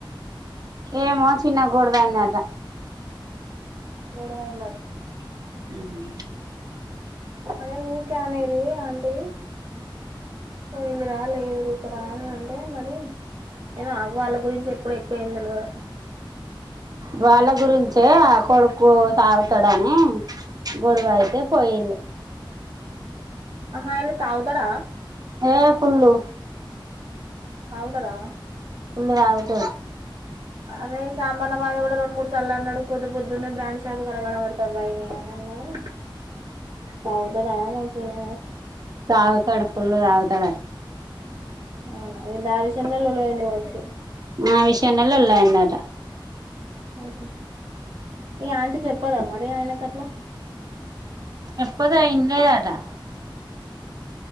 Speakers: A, on the right; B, on the right.
A: ఏమో చిన్న గడవందట
B: గోడువైంద
A: మ్ హు
B: అరే ఊరికే అనేది ఆంటీ పోయింద్ర లేదురా ఇక్కడ అనీ ఆ అంటే మరి ఏను ఆ వాళ్ళ గురించి ఎప్పుడు ఎక్కువేం తెలువదు
A: వాళ్ళ గురించే కొడుకు తాగుతాడని గొడవ అయితే పొయిళ్ళు
B: అహ ఐన తాగుతడా
A: ఏ ఫుల్లుు
B: తగుతడా
A: ఫూల్లు తాగుతాడు
B: అదే సాంమాన్న మామె కూడా రెండు మూడు సార్లు అన్నాడు పొద్దు పొద్దున్నే బ్రాండ్ షాపు కన కనబడతారుయని అని అన్నాడు తాగుతాడ మంచినే
A: తాగుతడ ఫుల్ తగుతడ
B: అవునా ఇ దావిసమంలో లోల అయింది పోవచ్చు
A: ఆ విషయలోలో లొల్లి అయిందట
B: ఓహ ఈ ఆంటీ చెప్పాల మరి ఆయనక ఎట్లా
A: ఎప్పుదా ఇలేదాటా